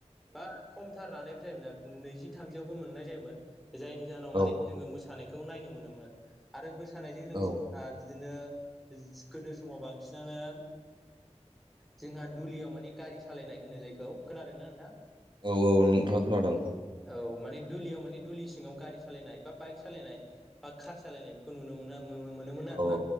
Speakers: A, in the centre; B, on the right.
A: बा खमथार लानायबो जायोमोनना नैजि थामजियावबो मोननाय जायोमोन जायनि जाहोनाव
B: औ
A: माने जोङो मोसानायखौ नायनो मोनोमोन आरो मोसानायजों लोगोसेहा
B: औ
A: बिदिनो गोदो समाव बांसिनानो जोंहा दुलियाव माने गारि सालायनाय होनो जायखौ खोनादों ना नोंथां?
B: औ औ नोंथां खोनादों।
A: औ माने दुलियाव माने दुलि सिङाव गारि सालायनाय बा बाइक सालायनाय बा खार सालायनाय बेखौ नुनो मोन मोनोमोन आरोना
B: औ